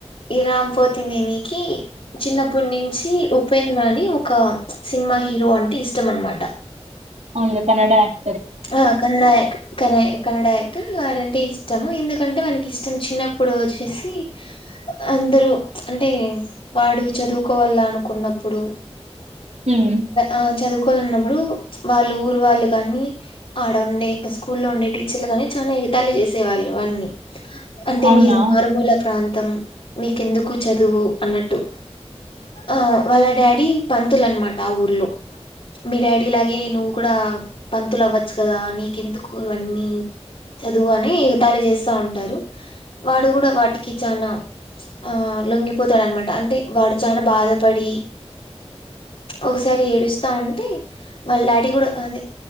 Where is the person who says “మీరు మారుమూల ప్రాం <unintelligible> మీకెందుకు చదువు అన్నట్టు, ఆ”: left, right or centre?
Left